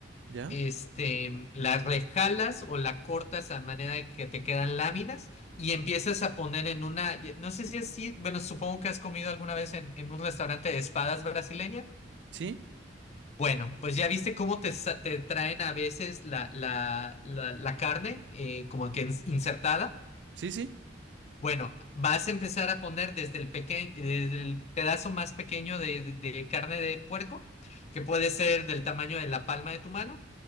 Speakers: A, on the right; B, on the left.
A: ¿Ya?
B: este, la rejalas o la cortas a manera de que te quedan láminas y empiezas a poner en una, no sé si es así, bueno, supongo que has comido alguna vez en, en un restaurante de espadas brasileña.
A: ¿Sí?
B: Bueno, pues ya viste cómo te, sa- te traen a veces la, la, la, la carne eh, como que ins- insertada.
A: ¿Sí, sí?
B: Bueno, vas a empezar a poner desde el peque- desde el pedazo más pequeño de, de- de carne de puerco, que puede ser del tamaño de la palma de tu mano,